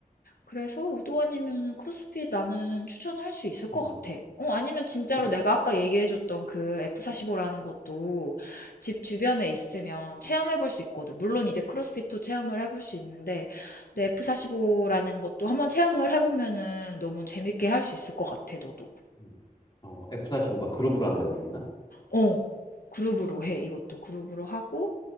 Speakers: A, on the left; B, on the left.
A: 그래서 우도 아니면 크로스핏 나는 추천할 수 있을 것
B: 음,
A: 같아. 어, 아니면 진짜로
B: 그,
A: 내가 아까 얘기해줬던 그 F45라는 것도 집 주변에 있으면 체험해볼 수 있거든. 물론 이제 크로스핏도 체험을 해볼 수 있는데, 근데 F45라는 것도 한번 체험을 해보면은 너무 재밌게 할 수 있을 것 같아, 너도.
B: 음. 어, F45가 그룹으로 한다고 그랬나?
A: 어, 그룹으로 해. 이것도 그룹으로 하고,